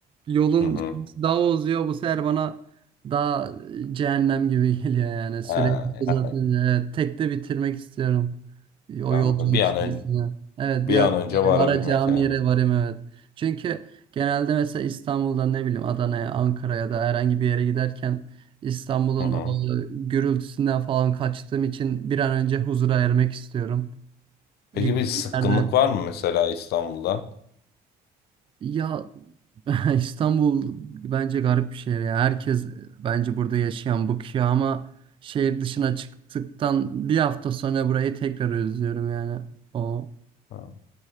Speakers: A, on the right; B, on the left.
A: yolun
B: Hı hı.
A: süresi daha uzuyor bu sefer bana daha cehennem gibi <laughs> geliyor yani
B: Ha,
A: sürekli zaten
B: yani
A: e, tek de bitirmek istiyorum o
B: anladım.
A: yolculuk
B: Bir an
A: süresini.
B: önce
A: Evet
B: bir
A: bir an
B: an önce varabilmek
A: varacağım
B: yani.
A: yere varayım evet. Çünkü genelde mesela İstanbul'dan ne bileyim Adana'ya, Ankara'ya da herhangi bir yere giderken İstanbul'un
B: Hı hı.
A: o gürültüsünden falan kaçtığım için bir an önce huzura ermek istiyorum.
B: Peki
A: Gittiğim
B: bir sıkkınlık
A: yerde
B: var mı mesela İstanbul'da?
A: ya <laughs> İstanbul bence garip bir şehir ya. Herkes bence burada yaşayan bıkıyor ama şehir dışına çıktıktan bir hafta sonra burayı tekrar özlüyorum yani. O
B: Ha.